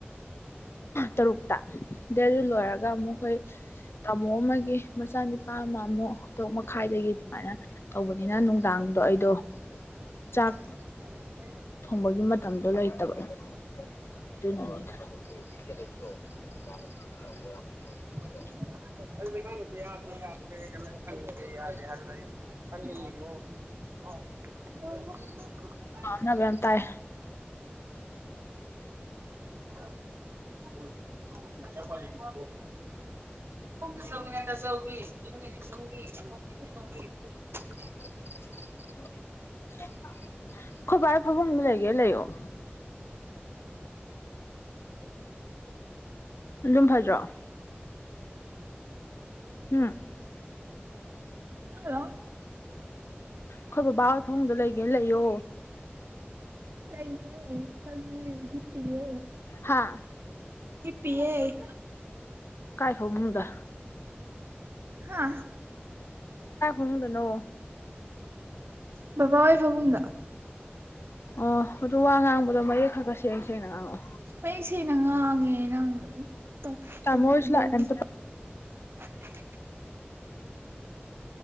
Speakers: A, on the left; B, on the right.
A: ꯇꯔꯨꯛꯇ ꯗꯩꯗꯨ ꯂꯣꯏꯔꯒ ꯑꯃꯨꯛꯈꯣꯏ ꯇꯥꯃꯣ ꯑꯃꯒꯤ ꯃꯆꯥꯅꯤꯄꯥ ꯑꯃ ꯑꯃꯨꯛ ꯇꯔꯨꯛ ꯃꯈꯥꯏꯗꯒꯤ ꯑꯗꯨꯃꯥꯏꯅ ꯇꯧꯕꯅꯤꯅ ꯗꯥꯥꯡꯗꯣ ꯑꯩꯗꯣ
B: ꯎꯝ
A: ꯆꯥꯛ
B: <unintelligible> <inaudible>
A: ꯊꯣꯡꯕꯒꯤ ꯃꯇꯝꯗꯣ ꯂꯩꯇꯕ <unintelligible>
B: <unintelligible>
A: <inaudible>
B: <inaudible> <unintelligible> <inaudible> <unintelligible> <inaudible>
A: ꯅꯕ ꯌꯥꯝ ꯇꯥꯏ
B: <unintelligible> <inaudible> ꯇꯥꯆꯧꯒꯤꯅ ꯇꯥꯆꯧꯒꯤ ꯌꯨꯝꯒꯤꯅ ꯌꯨꯝꯒꯤ <unintelligible>
A: ꯑꯣ <unintelligible> <inaudible> ꯑꯩꯈꯣꯏ ꯕꯥ ꯐꯝꯕꯝꯗ ꯂꯩꯒꯦ ꯂꯩꯑꯣ ꯑꯗꯨꯝ ꯐꯖꯗꯔꯣ ꯍꯨꯝ
B: ꯍꯜꯂꯣ
A: ꯈꯣꯏ ꯕꯕꯥ ꯍꯣꯏ ꯐꯃꯨꯡꯗ ꯂꯩꯒꯦ ꯂꯩꯌꯣ
B: ꯂꯩꯌꯦ ꯆꯪꯌꯦ ꯍꯤꯝꯄꯤꯌꯦ
A: ꯍꯥꯥ
B: ꯍꯤꯞ ꯄꯤꯌꯦ
A: ꯀꯥꯏꯐꯃꯨꯡꯗ
B: ꯍꯥ
A: ꯀꯥꯏ ꯐꯃꯨꯡꯗꯅꯣ
B: ꯕꯕꯥ ꯍꯣꯏ ꯐꯥꯕꯨꯡꯗ
A: ꯑꯣ ꯑꯥꯗꯨ ꯋꯥ ꯉꯥꯡꯕꯗꯣ ꯃꯌꯦꯛ ꯈꯔ ꯈꯔ ꯁꯦꯡꯅ ꯁꯦꯡꯅ ꯉꯥꯡꯉꯛꯑꯣ
B: ꯃꯌꯦꯛ ꯁꯦꯡꯅ ꯅꯪ ꯇꯞꯄꯦ
A: ꯇꯥꯃꯣ ꯍꯣꯏꯁꯨ
B: ꯚꯣꯜꯂꯨꯝ
A: ꯂꯥꯛꯑꯦ ꯑꯝꯇ
B: <unintelligible>